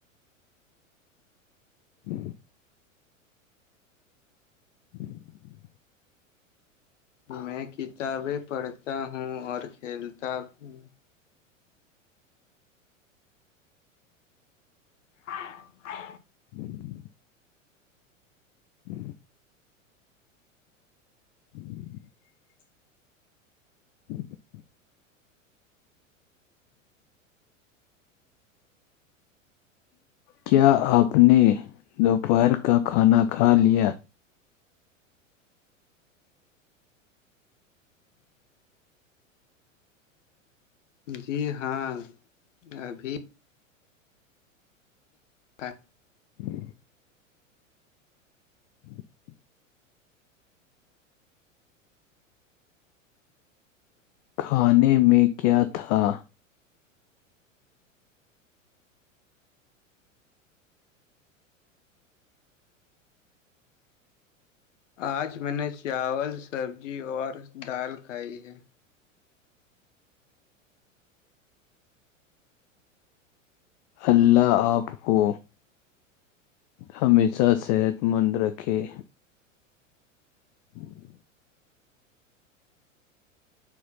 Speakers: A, on the left; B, on the left.
A: ج <unintelligible>
B: میں کتابیں پڑھتا ہوں اور کھیلتا ہوں <unintelligible>
A: ج ہ <unintelligible> <unintelligible> کیا آپ نے دوپہر کا کھانا کھا لیا
B: جی ہاں ابھی ہ
A: ہی ہ کھانے میں کیا تھا
B: آج میں نے چاول سبزی اور دال کھائی ہے
A: اللہ آپ کو ہمیشہ صحت مند رکھیں ہوں